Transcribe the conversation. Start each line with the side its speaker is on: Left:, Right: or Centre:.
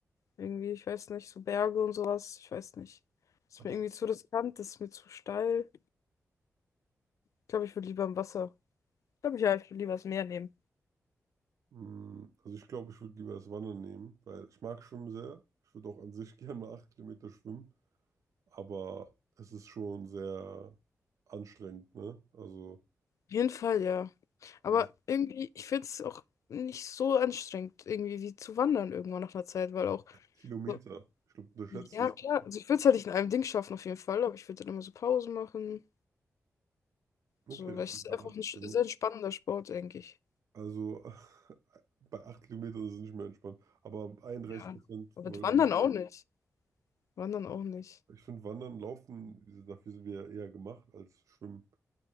Left: Irgendwie, ich weiß nicht, so Berge und sowas, ich weiß nicht. Ist
Right: Aber,
Left: mir irgendwie zu riskant, ist mir zu steil. Ich glaube, ich würde lieber im Wasser. Ich glaube, ja, ich würde lieber das Meer nehmen.
Right: mh, also ich glaube, ich würde lieber das Wandern nehmen, weil ich mag Schwimmen sehr. Ich würde auch an sich <laughs> gerne mal acht Kilometer schwimmen, aber es ist schon sehr anstrengend, ne? Also
Left: jeden Fall, ja. Aber
Right: das ist
Left: irgendwie, ich finde es auch nicht so anstrengend, irgendwie wie zu wandern irgendwann nach einer Zeit, weil auch,
Right: Kilometer.
Left: so,
Right: Ich glaube, du unterschätzt
Left: ja
Right: das
Left: klar,
Right: ein bisschen.
Left: also ich würde es halt nicht in einem Ding schaffen auf jeden Fall, aber ich würde dann immer so Pausen machen.
Right: Okay.
Left: So, weil es ist
Right: Ja,
Left: einfach ein sch-
Right: also,
Left: sehr entspannender Sport, denke ich.
Right: also <laughs> bei acht Kilometern ist es nicht mehr entspannt. Aber 31
Left: Ja.
Right: Prozent
Left: Aber
Right: würde
Left: wandern auch nicht. Wandern auch nicht.
Right: Ich finde Wandern, Laufen, wie gesagt, dafür sind wir ja eher gemacht als Schwimmen.